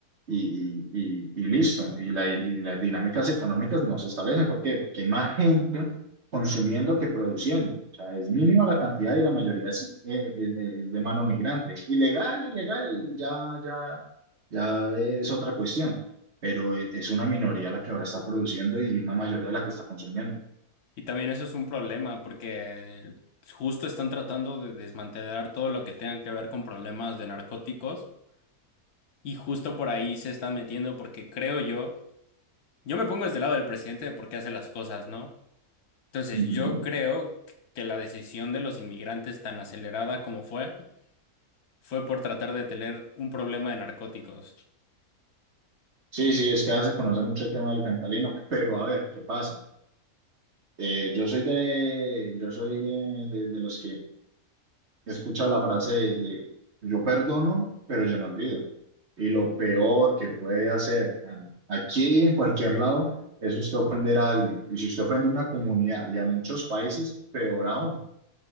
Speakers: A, on the right; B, on the left.
A: y, y, y, y listo. Y, la, y las dinámicas económicas no se establecen. ¿Por qué? Porque hay más gente consumiendo que produciendo. O sea, es mínima la cantidad y la mayoría es, eh, es- es de mano migrante. Ilegal, ilegal, ya, ya, ya es otra cuestión. Pero es una minoría la que ahora está produciendo y una mayoría la que está consumiendo.
B: Y también eso es un problema porque justo están tratando de desmantelar todo lo que tenga que ver con problemas de narcóticos. Y justo por ahí se están metiendo porque creo yo Yo me pongo desde el lado del presidente de por qué hace las cosas, ¿no? Entonces,
A: Ujú.
B: yo creo que la decisión de los inmigrantes tan acelerada como fue, fue por tratar de tener un problema de narcóticos.
A: Sí, sí, es que ya se conoce mucho el tema del fentanilo, pero a ver, ¿qué pasa? Eh, yo soy de, yo soy eh, de, de los que escucha la frase de, de, yo perdono, pero yo no olvido. Y lo peor que puede hacer eh, aquí y en cualquier lado es usted ofender a alguien. Y si usted ofende a una comunidad y a muchos países, peor aún.